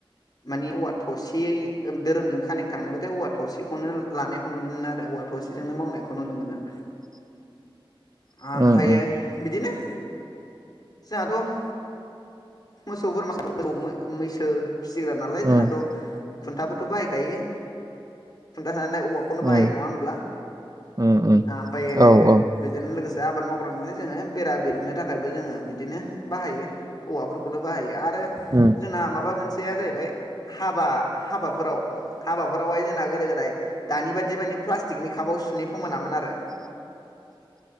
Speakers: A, on the left (about 45°); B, on the right (about 40°).
A: माने औवा थसेयै धोरोमजों कानेक थांनायबाथाय औवा थसेखौनो लानायखौ नुनो मोनो आरो औवा थसेजोंनो मावनायखौ नुनो मोनो
B: <inaudible> उम
A: ओमफ्रायो बिदिनो जोंहाथ मोसौ बोरमा मोसौ मैसो फिसिग्रा नालाय
B: उम
A: जोंनाथ
B: उम
A: खुन्थाबोथ बाहायखायो खुन्था थानानै औवा खौनो
B: उम
A: बाहायो नङा होमब्ला
B: उम उम
A: ओमफ्रायो
B: औ औ
A: बेजों लोगोसे आबाद मावग्रा नालाय जोङो बेरा बेरुमनो थाखायबो जोङो बिदिनो बाहायो औवाफोरखौनो बाहायो आरो
B: उम
A: जोंना माबा मोनसेया जाहैबाय हाबा हाबाफोराव हाबाफोरावहाय जोंना गोदो गोदाय दानि बादि माने प्लास्टिकनि कापाव सुनै फोमोनामोन आरो
B: <inaudible>